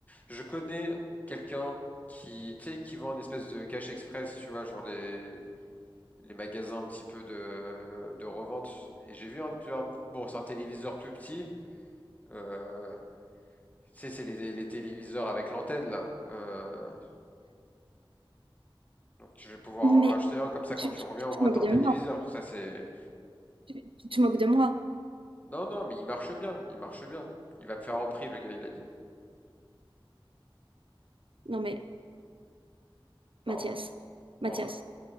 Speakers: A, on the left; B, on the right.
A: je connais quelqu'un qui, tu sais, qui vend une espèce de cash express, tu vois, genre les, les magasins un petit peu de, de revente. Et j'ai vu un, un- bon, c'est un téléviseur plus petit, euh, tu sais, c'est les, les téléviseurs avec l'antenne, là. Euh, donc, je vais pouvoir
B: Mais
A: en racheter un, comme ça, quand
B: tu,
A: tu
B: tu-
A: reviens,
B: tu
A: au
B: te
A: moins,
B: moques
A: t'as un
B: de
A: téléviseur.
B: moi.
A: Ça, c'est,
B: Tu, tu te moques de moi.
A: Non, non, mais il marche bien, il marche bien. Il va me faire en prix, le gars, il a dit.
B: Non mais Mathias,
A: Non,
B: Mathias,
A: bon.